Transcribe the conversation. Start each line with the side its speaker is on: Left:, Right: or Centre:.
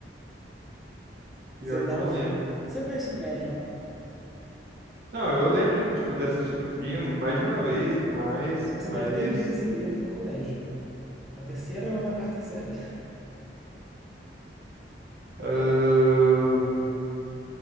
Right: Pior
Centre: Você não.
Right: que eu não lembro.
Centre: Você não fez ensino médio, não?
Right: Não, eu lembro de, tipo, ter assistido o filme mais de uma vez, tudo mais,
Centre: Você
Right: mas
Centre: deve ter lido esse livro no colégio. Na terceira ou na quarta série.
Right: ahn,